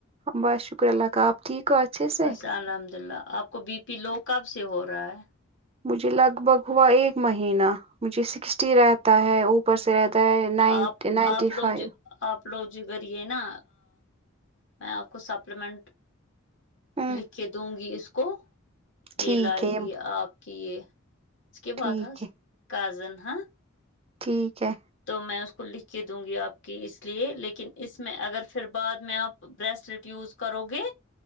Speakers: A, on the right; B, on the left.
A: بس شکر اللہ کا آپ ٹھیک اچھے سے
B: بس الحمد للہ آپ کو بی پی لو کب سے ہو رہا ہے
A: مجھے لگ بھگ ہوا ایک مہینہ مجھے سکسٹی رہتا ہے اوپر سے رہتا نائن
B: آپ
A: نائنٹی
B: آپ لوگ
A: فائیو
B: آپ لوجگرے نا میں آپ کو سپلیمنٹ
A: ہوں
B: لکھ کے دوں گی اس کو
A: ٹھیک
B: یہ لائے
A: ہے
B: گی آپ کی یہ اس کے بات
A: ٹھیک
B: تھا
A: ہے
B: کزن ہ
A: ٹھیک ہے
B: تو میں اس کو لکھ کے دوں گی آپ کی اس لیے لیکن اس میں اگر پھر بعد میں آپ برسلٹ یوز کرو گ